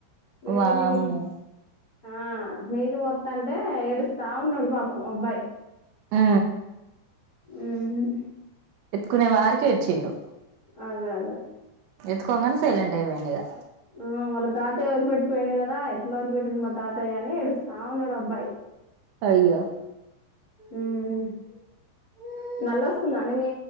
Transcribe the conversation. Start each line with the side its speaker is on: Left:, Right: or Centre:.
Left: వేడ్
Right: వామ్మో
Left: వేడ్ నీళ్లు. ఆ నీళ్ళు పొత్తా అంటే ఏడుస్ తా ఉన్నడు పాపం అబ్బాయ్.
Right: ఆ
Left: ఉహ్మ్
Right: ఎత్తుకునే వారికి ఏడ్చిండు.
Left: అదే అదే
Right: ఎత్తుకొంగనే సైలేంటయిపోయిండిగా.
Left: ఆ వాళ్ళ తాతయ్య వదిల్పెట్టిపోయిండు గదా. ఎట్లా వదిలిపెట్టిండు మా తాతయ్య అని ఏడుస్తా ఉన్నాడు అబ్బాయ్.
Right: అయ్యో
Left: ఉహ్ హు నల్లొస్తుంద అండి. మీ